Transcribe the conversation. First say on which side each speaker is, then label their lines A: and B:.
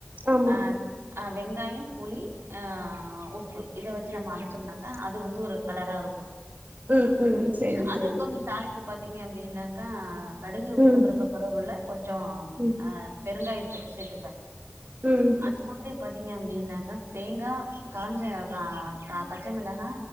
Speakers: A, on the right; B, on the right.
A: ஆமா
B: அ அ வெங்காயம் புளி அ உப்பு இத வச் சி நம்ம அரைச்சோம்னாக்கா அது வந்து ஒரு கலரா இருக்கு
A: ம் ம் செரி
B: இ அதுக்கும்
A: செரி
B: தாளிப்பு பா த்தீங்க அப்படின்னாக்கா கடுகு உத்தம்பருப்பு
A: ம்
B: கருவேப்பில்ல கொஞ்சோ
A: ம்
B: அ பெருங்காய தூள் சேத்துப்பே
A: ம்
B: அது மாதிரி பாத்தீங்க அப்படின்னாக்கா தேங்கா காஞ்ச கா பச்ச மிளகா